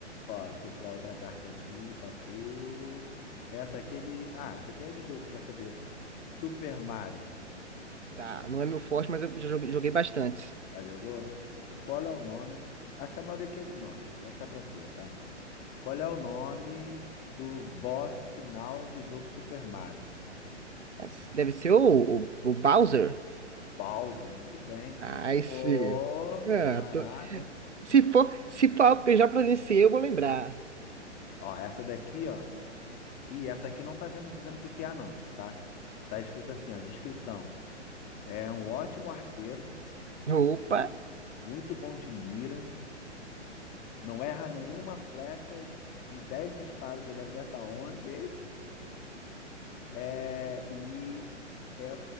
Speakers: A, on the left; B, on the right.
A: Ó, deixa eu tirar outra carta aqui pra tu. Essa aqui é de. Ah, essa aqui é de jogo, tu vai saber. Super Mario.
B: Tá, não é meu forte, mas eu já joguei joguei bastante.
A: Já jogou? Qual é o nome? Acho que a maioria aqui é de nome. Pode ficar tranquilo, tá? Qual é o nome do boss final do jogo Super Mario?
B: Mas Deve ser o, o, o Bowser?
A: Bowser, muito bem.
B: Nice.
A: Pô,
B: Ah,
A: caraca.
B: tô- Se for, se for algo que eu já presenciei, eu vou lembrar.
A: Ó, essa daqui, ó. E essa aqui não tá vendo dizendo o que que é, não, tá? Tá escrito assim, ó, descrição. É um ótimo arqueiro,
B: Opa,
A: mu- muito bom de mira, não erra nenhuma flecha, de 10 disparos ele acerta 11. É, e é